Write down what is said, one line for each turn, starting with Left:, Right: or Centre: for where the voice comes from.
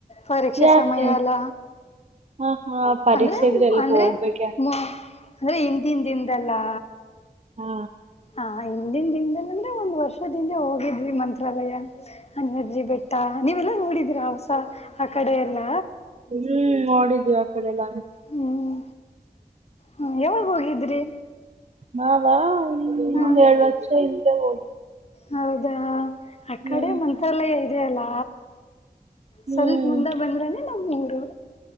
Left: ಪರೀಕ್ಷೆ
Right: ಯಾಕೆ
Left: ಸಮಯ ಅಲ್ಲ
Right: ಹ ಹಾ ಪರೀಕ್ಷೆ
Left: ಅಂದ್ರೆ
Right: ಇದ್ರೆ ಎಲ್ಗ
Left: ಅಂದ್ರೆ
Right: ಹೋಗ್ಬೇಕ ಆ.
Left: ಮು ಅಂದ್ರೆ ಹಿಂದ ಹಿಂದಿಂದಲ್ಲಾ.
Right: ಹಾ.
Left: ಹ ಹಿಂದಿನ ದಿಂದನಂದ್ರೆ ಒಂದ್ ವರ್ಷದಿಂದೆ ಹೋಗಿದ್ವಿ ಮಂತ್ರಾಲಯ. ಹ ಹಾಜಿ ಬೇಟಾ. ನೀವೆಲ್ಲಾ ನೋಡಿದ್ರ ಹಸ ಆ ಕಡೆ ಎಲ್ಲ.
Right: ಹ್ಮ್ ನೋಡಿದೀ್ಯಾ. ಹಲ್ಲ.
Left: ಹ್ಮ್ ಹ್ಮ್ ಯಾವಾಗ ಹೋಗಿದ್ರಿ
Right: ನ
Left: ಹ್ಮ್
Right: ಎರಡು ವರ್ಷ. ಹೋಗಿ.
Left: ಹೌದಾ. ಅ
Right: ಹ್ಮ್
Left: ಕಡೆ ಮಂತ್ರಾಲಯ ಆಯತು. ಅದಲ್ಲ.
Right: ಹ್ಮ್
Left: ಸ್ವಲ್ಪ ಮುಂದೆ ಬಂದ್ರನೆ ನಮ್ಮ್ೂಊರು.